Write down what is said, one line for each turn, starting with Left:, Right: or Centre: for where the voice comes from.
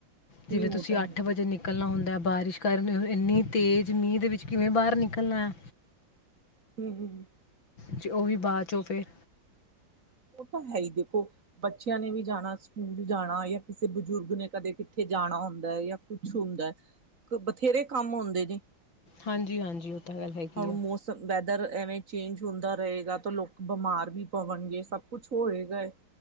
Left: ਜਿਵੇਂ
Right: ਨਹੀਂ ਉਹ
Left: ਤੁਸੀਂ
Right: ਤਾਂ
Left: ਅੱਠ
Right: ਹੈ
Left: ਵਜੇ ਨਿਕਲਣਾ ਹੁੰਦਾ। ਬਾਰਿਸ਼ ਦੇ ਕਾਰਨ ਇੰਨੀ ਤੇਜ਼ ਮੀਂਹ ਦੇ ਵਿੱਚ ਕਿਵੇਂ ਬਾਹਰ ਨਿਕਲਣਾ ਆ।
Right: ਹੂੰ, ਹੂੰ
Left: ਜੇ ਉਹ ਵੀ ਬਾਅਦ ਚੋਂ ਫਿਰ
Right: ਉਹ ਤਾਂ ਹੈ ਈ ਦੇਖੋ, ਬੱਚਿਆਂ ਨੇ ਵੀ ਜਾਣਾ ਸਕੂਲ ਜਾਣਾ ਜਾਂ ਕਿਸੇ ਬਜ਼ੁਰਗ ਨੇ ਕਦੇ ਕਿੱਥੇ ਜਾਣਾ ਹੁੰਦਾ ਜਾਂ ਕੁਛ ਹੁੰਦਾ ਐ, ਬਥੇਰੇ ਕੰਮ ਹੁੰਦੇ ਨੇ
Left: ਹਾਂਜੀ ਹਾਂਜੀ ਉਹ ਤਾਂ ਗੱਲ ਹੈਗੀ
Right: ਹੁਣ
Left: ਆ
Right: ਮੌਸਮ ਵੈਦਰ ਐਵੇਂ ਚੇਂਜ ਹੁੰਦਾ ਰਹੇਗਾ ਤਾਂ ਲੋਕ ਬਿਮਾਰ ਵੀ ਪਵਣਗੇ ਸਭ ਕੁਛ ਹੋਏਗਾ